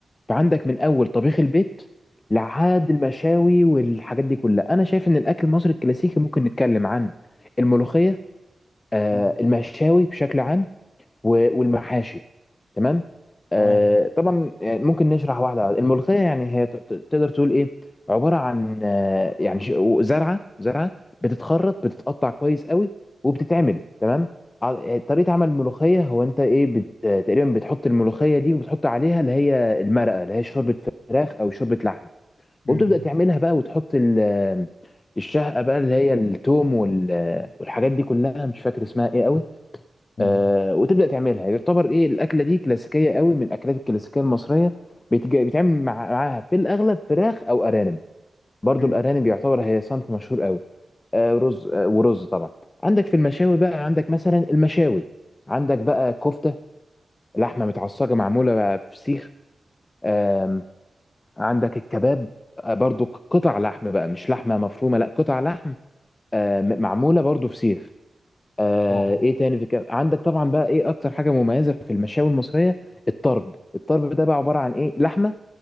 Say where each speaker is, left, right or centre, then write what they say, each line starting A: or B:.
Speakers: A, on the left; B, on the left.
A: فعندك من أول طبيخ البيت لحد المشاوي والحاجات دي كلها أنا شايف إن الأكل المصري الكلاسيكي ممكن نتكلم عن الملوخية آه،
B: مم.
A: المشاوي بشكل عام و- والمحاشي تمام
B: تمام
A: آه طبعا يعني ممكن نشرح واحده واحدة. الملوخيه يعني هي ت- ت- تقدر تقول ايه عباره عن آه يعني ش- زرعه زرعه بتتخرط بتتقطع كويس قوي وبتتعمل تمام ع- طريقه عمل الملوخيه هو انت ايه بت تقريبا بتحط الملوخيه دي وبتحط عليها اللي هي المرقه اللي هي شوربه فراخ او شوربه لحمه
B: مم.
A: وبتبدا تعملها بقى وتحط ال- آه، الشهقه بقى اللي هي التوم وال- والحاجات دي كلها مش فاكر اسمها ايه قوي
B: مم.
A: آه وتبدا تعملها يعتبر ايه الاكله دي كلاسيكيه قوي من الاكلات الكلاسيكيه المصريه بيتج- بيتعمل مع معاها في الاغلب فراخ او ارانب برضو
B: مم.
A: الارانب يعتبر هي صنف مشهور قوي آه رز آه ورز طبعا عندك في المشاوي بقى عندك مثلا المشاوي عندك بقى كفته لحمه متعصجه معموله بقى في سيخ آم، عندك الكباب آه برضو قطع لحم بقى مش لحمه مفرومه لا قطع لحم آه، م- معموله برضو في سيخ آه
B: آه.
A: ايه تاني في كده عندك طبعا بقى ايه اكتر حاجه مميزه في المشاوي المصريه الطرب الطرب ده بقى عباره عن ايه لحمه